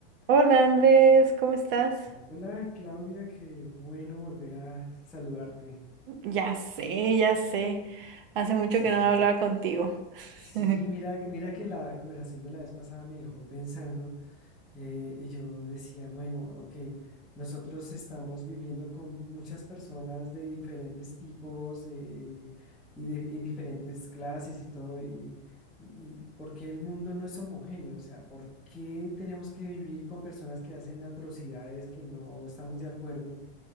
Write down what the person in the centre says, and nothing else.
Hola Claudia, qué bueno volver a saludarte.
Sí,
sí, mira, mira que la conversación de la vez pasada me dejó pensando eh, y yo decía, bueno, ok, nosotros estamos viviendo con muchas personas de diferentes tipos eh, y, de, y diferentes clases y todo, y, y, y ¿por qué el mundo no es homogéneo? O sea, ¿por qué tenemos que vivir con personas que hacen atrocidades que no estamos de acuerdo?